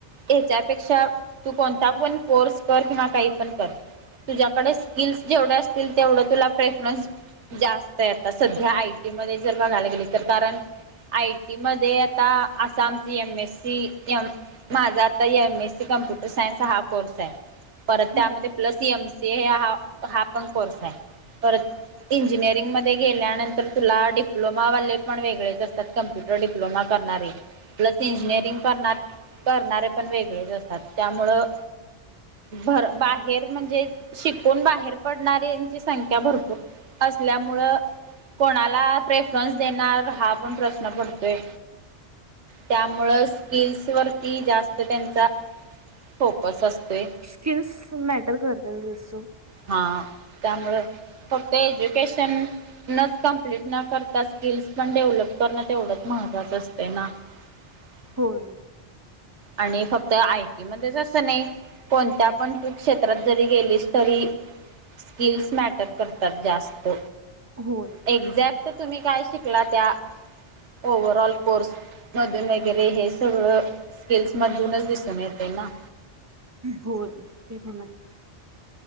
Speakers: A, on the right (about 80°); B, on the right (about 20°).
A: हेच्यापेक्षा तू कोणता पण कोर्स कर किंवा काही पण कर. तुझ्याकडे स - स्किल्स जेवढे असतील तेवढं तुला प्रेफरन्स- जास्त आहे. आता सध्या आय टी मध्ये जर बघायला गेले तर कारण- आय टीमध्ये आता आसामची एम एस सी, एम- माझा आता M S C computer science हा कोर्स आहे. परत
B: हम्म
A: त्यामध्ये प्लस एम सी ए हा हा पण कोर्स आहे. परत- इंजिनिअरिंगमध्ये गेल्यानंतर तुला डिप्लोमावाले पण वेगळेच असतात. कम्प्युटर डिप्लोमा करणारे. प्लस इंजिनिअरिंग करणार- करणारे पण वेगळेच असतात त्यामुळं- भर बाहेर म्हणजे शिकून बाहेर- -हेर पडणाऱ्यांची संख्या भरपूर असल्यामुळ - कोणाला प्रेफरन्स देणार हा पण प्रश्न पडतोय. त्यामुळ स्किल्स वरती जास्त त्यांचा- फोकस असते.
B: स्किल्स मॅटर करत. <unintelligible>
A: हां. त्यामुळं फक्त एज्युकेशन- नच कंप्लीट न करता स्किल्स पण डेव्हलप करणं तेवढंच महत्त्वाचं असतय ना? सर् सर् सर्
B: होय.
A: आणि फक्त आय टी मध्येच असं नाही. कोणत्या पण तू क्षेत्रात जरी गेलीस तरी- स्किल्स मॅटर करतात जास्त.
B: हो.
A: एक्झॅक्ट तुम्ही काय शिकला त्या, ओव्हरऑल कोर्स- मधून वगैरे हे सगळं स्किल्स मधूनच दिसून येते ना?
B: हो. ते पण आहेच.